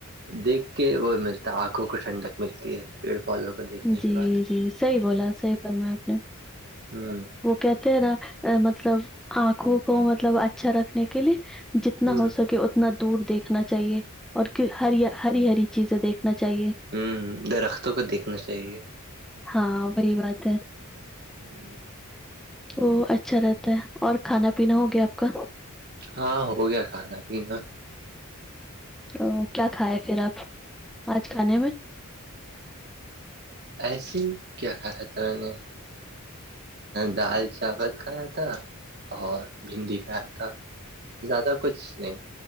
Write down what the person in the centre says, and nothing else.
جی
جی صحیح بولا صحیح فرما آپ نے
وہ کہتے ہیں نا مطلب آنکھوں کو مطلب اچھا رکھنے کے لیے جتنا
ہو سکے اتنا دور دیکھنا چاہیے اور ہ ہری ہری چیزیں دیکھنا چاہیے
ہاں بی بات ہے
تو اچھا رہتا ہے اور کھانا پینا ہو گیا آپ کا
او کیا کھائے پھر آپ آج کھانے میں